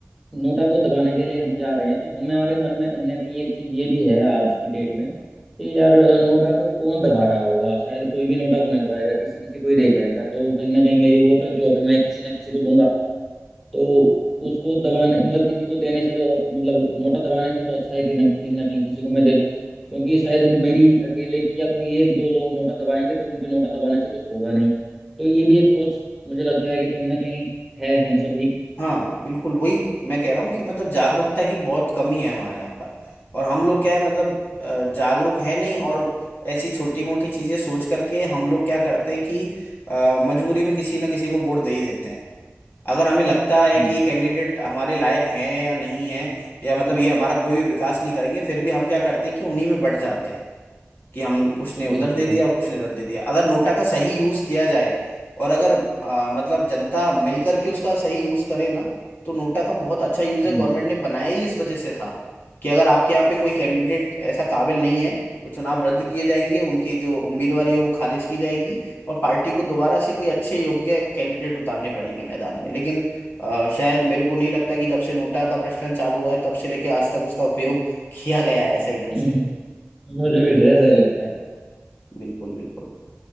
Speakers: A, in the centre; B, on the left.
A: नोटा को दबाने के लिए हम जा रहे हैं तो हमारे मन में कहीं ना कहीं एक चीज ये भी है आज की डेट में कि यार नोटा को कौन दबा रहा होगा शायद कोई भी नोटा को नहीं दबाएगा किसी किसी को ही लेके आएगा तो कहीं ना कहीं मेरी वोट जो अभी मैं किसी ना किसी को दूंगा तो उसको दबाने मतलब किसी को देने से तो मतलब नोटा दबाने से तो अच्छा है कि न- कहीं ना कहीं किसी को मैं दे दूं क्योंकि शायद मेरी अकेले की या कोई एक दो लोग नोटा दबाएंगे तो उनके नोटा दबाने से कुछ होगा नहीं तो ये भी एक सोच मुझे लगता है कि कहीं ना कहीं है हम सभी की
B: हाँ बिल्कुल वही मैं कह रहा हूँ कि मतलब जागरूकता की बहुत कमी है हमारे यहाँ पर और हम लोग क्या है मतलब अ, जागरूक है नहीं और ऐसी छोटी मोटी चीजें सोच करके हम लोग क्या करते हैं कि अ, मजबूरी में किसी ना किसी को वोट दे ही देते हैं अगर हमें लगता है
A: हम्म
B: कि ये कैंडिडेट हमारे लायक है या नहीं है या मतलब ये हमारा कोई भी विकास नहीं करेंगे फिर भी हम क्या करते हैं कि उन्हीं में बढ़ जाते हैं कि हम कुछ ने उधर
A: बिल्कुल
B: दे दिया
A: बिल्कुल
B: और कुछ ने इधर दे दिया अगर नोटा का सही यूज किया जाए और अगर आ, मतलब जनता मिल करके उसका सही यूज करे ना तो नोटा का बहुत अच्छा यूज है
A: हम्म,
B: गवर्नमेंट ने बनाया ही इस वजह से था कि अगर आपके यहाँ पे कोई कैंडिडेट ऐसा काबिल नहीं है तो चुनाव रद्द किए जाएंगे उनकी जो उम्मीदवारी है वो खारिज की जाएगी और पार्टी को दोबारा से कोई अच्छे योग्य कैंडिडेट उतारने पड़ेंगे मैदान में लेकिन अ, शायद मेरे को नहीं लगता कि जब से नोटा का प्रचलन चालू हुआ है तब से लेके आज तक उसका उपयोग किया गया है सही ढंग
A: हम्म,
B: से
A: मुझे भी तो ऐसा ही लगता है
B: बिल्कुल बिल्कुल